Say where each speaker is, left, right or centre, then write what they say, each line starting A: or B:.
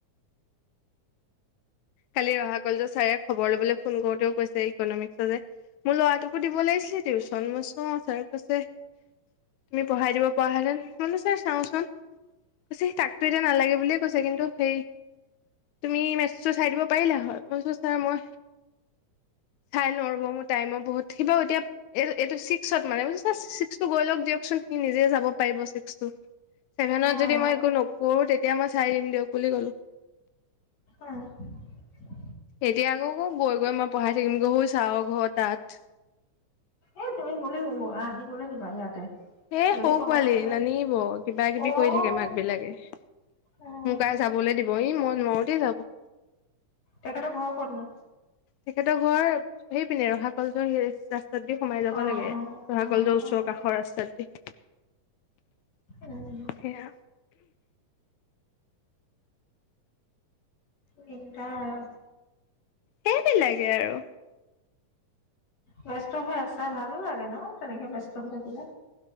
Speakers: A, on the left (about 75°); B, on the left (about 55°).
A: কালি ৰহা কলেজৰ ছাৰে খবৰ লবলৈ ফোন কৰোতেও কৈছে ইকনমিক্স যে মোৰ ল'ৰাটোকো দিব লাগিছিলে টিউশ্যন মই অ ছাৰ কৈছে তুমি পঢ়াই দিব পৰা হলে চাওঁচোন কৈছে তাকতো এতিয়া নালাগে বুলিয়ে কৈছে কিন্তু সেই তুমি চাই দিব পাৰিলা হয় মই বোলো ছাৰ মই চাই লওঁ ৰব মোৰ টাইমৰ বহুত সি বাৰু এতিয়া ছিক্সত ত নিজে যাব পাৰিব চিক্সটো ছেভেনত
B: অ',
A: যদি মই একো নকৰো তেতিয়া মই চাই দিম দিয়ক বুলি কলো
B: অঃ
A: এতিয়া আকৌ কয় গৈ গৈ মই পঢ়াই থাকিমগৈ সৌ চাৰৰ ঘৰ তাত
B: এ তুমি বুলি আহিবলৈ দিবা ইয়াতে
A: এ
B: যদি
A: সৰু
B: পঢ়াব
A: পোৱালি
B: লাগে
A: নানিব কিবা কিবি
B: অ',
A: কৰি থাকে মাক বিলাকে মোক
B: অ',
A: আৰু যাবলে দিব ই মই নোৱাৰো দেই যাব
B: তেখেতৰ ঘৰ ক'তনো?
A: তেখেতৰ ঘৰ সেই পিনে ৰহা কলেজৰ ৰা ৰাস্তাত দি সোমাই যাব
B: অ',
A: লাগে
B: অ',
A: ৰহা
B: অ',
A: কলেজৰ
B: অ',
A: ওচৰ কাষৰ ৰাস্তা দি
B: উম
A: সেয়া
B: দিগদাৰ
A: সেইবিলাকে আৰু
B: ব্যস্ত হৈ আছা ভালো লাগে ন তেনেকৈ ব্যস্ত হৈ থাকিলে